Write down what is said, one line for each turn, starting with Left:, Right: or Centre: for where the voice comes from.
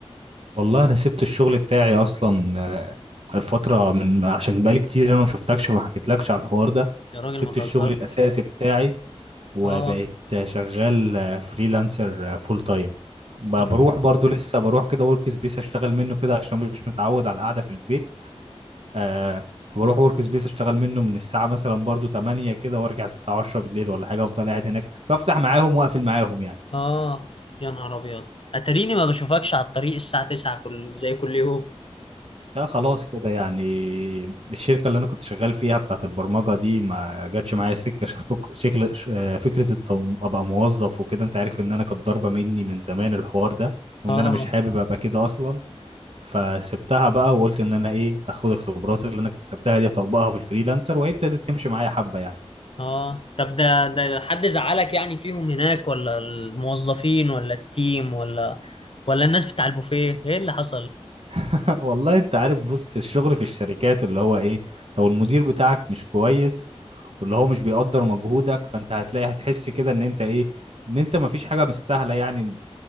Right: والله انا سبت الشغل بتاعي اصلا آه، الفتره من عشان بقالي كتير انا ما شفتكش فما حكيتلكش على الحوار ده
Left: يا راجل
Right: سبت
Left: ما تهزرش
Right: الشغل الاساسي بتاعي وبقيت
Left: اه
Right: شغال آه، فريلانسر آه، فول تايم ب-
Left: يا نهار
Right: بروح برضو لسه بروح كده ورك سبيس اشتغل منه كده عشان مش متعود على القعده في البيت أه بروح ورك سبيس اشتغل منه من الساعه مثلا برضو 8 كده وارجع الساعه 10 بالليل ولا حاجه افضل قاعد هناك بفتح معاهم واقفل معاهم يعني
Left: اه يا نهار ابيض اتريني ما بشوفكش على الطريق الساعة 9 كل زي كل يوم
Right: لا خلاص كده يعني الشركة اللي أنا كنت شغال فيها بتاعت البرمجة دي ما جاتش معايا سكة شفك- شكل ش- آه، فكرة التم- أبقى موظف وكده أنت عارف إن أنا كانت ضاربة مني من زمان الحوار ده وإن
Left: اه
Right: أنا مش حابب أبقى كده أصلا فسبتها بقى وقلت إن أنا إيه أخد الخبرات اللي أنا اكتسبتها دي أطبقها في الفريلانسر وهي ابتدت تمشي معايا حبة يعني
Left: اه طب ده ده حد زعلك يعني فيهم هناك ولا الموظفين ولا التيم ولا ولا الناس بتاع البوفيه ايه اللي حصل
Right: <laughs> والله انت عارف بص الشغل في الشركات اللي هو ايه لو المدير بتاعك مش كويس واللي هو مش بيقدر مجهودك فانت هتلاقي هتحس كده ان انت ايه ان انت مفيش حاجة مستاهلة يعني